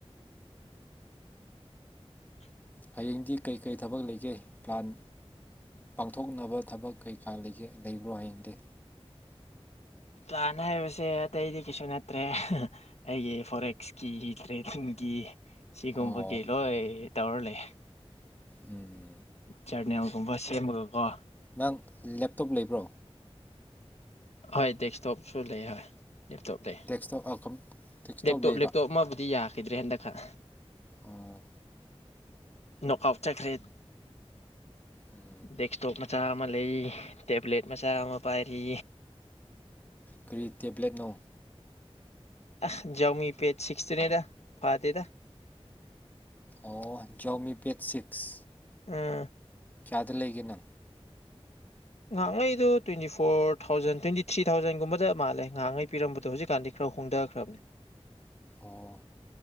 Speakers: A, on the left; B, on the left.
A: ꯍꯌꯦꯡꯗꯤ ꯀꯩꯀꯩ ꯊꯕꯛ ꯂꯩꯒꯦ ꯄ꯭ꯂꯥꯟ ꯄꯥꯡꯊꯣꯛꯅꯕ ꯊꯕꯛ ꯀꯩ ꯥ <unintelligible> ꯂꯩꯕ꯭ꯔꯣ ꯍꯌꯦꯡꯗꯤ
B: ꯄ꯭ꯂꯥꯟ ꯍꯥꯏꯕꯁꯦ ꯑꯇꯩꯗꯤ ꯀꯩꯁꯨ ꯇ꯭ꯔꯦ ꯑꯩꯒꯤ ꯐꯣꯔꯦꯛꯁꯀꯤ ꯇ꯭ꯔꯦꯗꯤꯡꯒꯤ ꯁꯤꯒꯨꯝꯕꯒꯤ
A: ꯑꯣ
B: ꯂꯣꯏ ꯇꯧꯔ ꯂꯩ
A: ꯎꯝ
B: ꯖꯔꯅꯦꯜꯒꯨꯝꯕ ꯁꯦꯝꯃꯒꯀꯣ
A: ꯅꯪ ꯂꯦꯞꯇꯣꯞ ꯂꯩꯕ꯭ꯔꯣ
B: ꯍꯣꯏ ꯗꯦꯛꯁꯇꯣꯞꯁꯨ ꯂꯩ ꯍꯣꯏ ꯂꯦꯞꯇꯣꯞ ꯂꯩ
A: ꯗꯦꯛꯁꯇꯣꯞ ꯑ ꯀꯝ ꯗꯦꯛꯁꯇꯣꯞ
B: ꯂꯦꯞꯇꯣꯞ
A: ꯂꯩꯕ
B: ꯂꯦꯞꯇꯣꯞ ꯑꯃꯕꯨꯗꯤ ꯌꯥꯈꯤꯗ꯭ꯔꯦ ꯍꯟꯗꯛ ꯈꯛ
A: ꯑꯣ
B: ꯅꯣꯛ ꯑꯥꯎꯠ ꯆꯠꯈ꯭ꯔꯦ
A: ꯎꯝ
B: ꯗꯦꯛꯁꯇꯣꯞ ꯃꯆꯥ ꯑꯃ ꯂꯩ ꯇꯦꯕ꯭ꯂꯦꯠ ꯃꯆꯥ ꯑꯃ ꯄꯥꯏꯔꯤ
A: ꯀꯔꯤ ꯇꯦꯕ꯭ꯂꯦꯠꯅꯣ
B: ꯑꯥꯁ ꯖꯎꯃꯤ ꯄꯦꯠ ꯁꯤꯁꯇꯨꯅꯦꯗ ꯐꯥꯗꯦꯗ
A: ꯑꯣ ꯖꯥꯎꯃꯤ ꯄꯦꯠ ꯁꯤꯛꯁ
B: ꯎꯝ
A: ꯀꯌꯥꯗ ꯂꯩꯒꯦ ꯅꯣ
B: ꯉꯥꯏꯍꯥꯛꯉꯩꯗꯣ twenty four thousand twenty three ꯊꯥꯎꯖꯟꯒꯨꯝꯕꯗ ꯃꯥꯜꯂꯦ ꯉꯥꯏꯍꯥꯛꯉꯩ ꯄꯤꯔꯝꯕꯗꯣ ꯍꯧꯖꯤꯛꯀꯥꯟꯗꯤ ꯈꯔ ꯍꯣꯡꯊꯈ꯭ꯔꯕꯅꯦ
A: ꯑꯣ